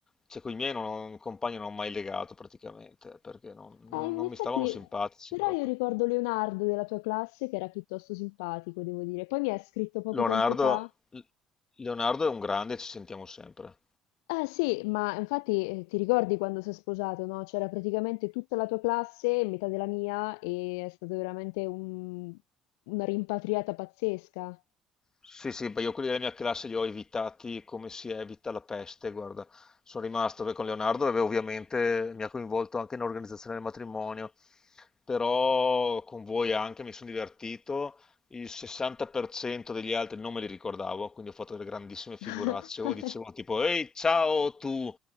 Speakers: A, on the left; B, on the left.
A: cioè con i miei non, compagni non ho mai legato praticamente, perché non, non-
B: Eh, in
A: non
B: effetti,
A: mi stavano simpatici
B: però
A: proprio.
B: io ricordo Leonardo della tua classe che era piuttosto simpatico, devo dire. Poi mi ha scritto poco
A: Leonardo,
B: tempo fa.
A: Leonardo è un grande, ci sentiamo sempre.
B: Eh sì, ma infatti eh, ti ricordi quando si è sposato, no? C'era praticamente tutta la tua classe, metà della mia, e è stata veramente un- una rimpatriata pazzesca.
A: Sì, sì, beh, io quelli della mia classe li ho evitati come si evita la peste, guarda. Sono rimasto beh, con Leonardo, dove ovviamente mi ha coinvolto anche nell'organizzazione del matrimonio, però con voi anche mi sono divertito, il 60% degli altri non me li ricordavo, quindi ho fatto delle grandissime figuracce,
B: <laughs>
A: o dicevo tipo, ehi, ciao tu,